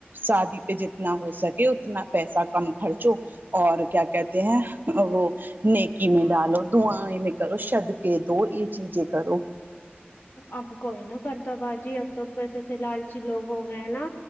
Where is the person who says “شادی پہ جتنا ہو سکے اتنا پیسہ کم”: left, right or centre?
Right